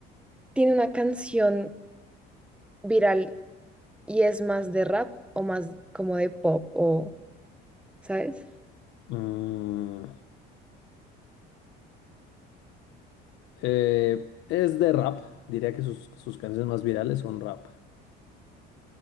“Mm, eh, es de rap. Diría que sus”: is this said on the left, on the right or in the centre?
Left